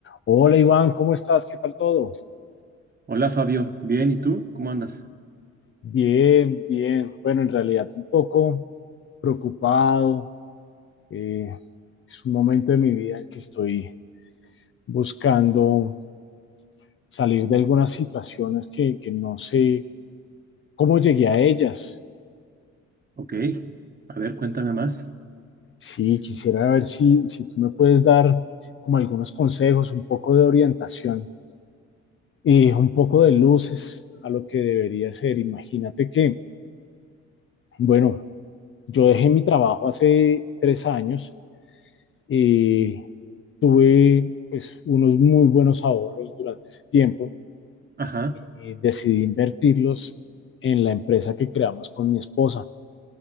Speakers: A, on the left; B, on the right.
A: Hola Iván, ¿cómo estás? ¿Qué tal todo?
B: Hola Fabio, bien, ¿y tú? ¿Cómo andas?
A: Bien, bien. Bueno, en realidad un poco preocupado. eh, es un momento de mi vida en que estoy buscando salir de algunas situaciones que, que no sé cómo llegué a ellas.
B: Ok, a ver, cuéntame más.
A: Sí, quisiera ver si, si tú me puedes dar como algunos consejos, un poco de orientación y un poco de luces a lo que debería ser. Imagínate que, bueno, yo dejé mi trabajo hace tres años Eh, tuve pues, unos muy buenos ahorros durante ese tiempo
B: Ajá,
A: y decidí invertirlos en la empresa que creamos con mi esposa.